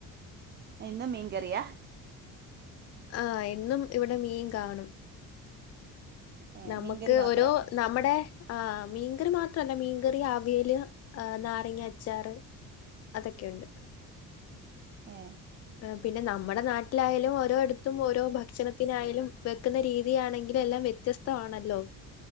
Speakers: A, on the right; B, on the left.
A: ഇന്നും മീൻ കറിയ.
B: ആഹ എന്നും ഇവിടെ മീൻ കാണും.
A: ഏ
B: നമുക്ക്
A: മീൻകറി മാത്രം
B: ഓരോ നമ്മുടെ. ആഹ മീൻകറി മാത്രല്ല മീൻകറി അ വിയല് നാരങ്ങ അച്ചാറ്. അതൊക്കെയുണ്ട്.
A: ഏ.
B: പിന്നെ നമ്മുടെ നാട്ടിലായാലും ഓരോടുത്തും ഓരോ ഭക്ഷണത്തിനായാലും വെക്കുന്ന രീതി ആണെങ്കില് എല്ലാം വ്യത്യസ്തആണല്ലോ.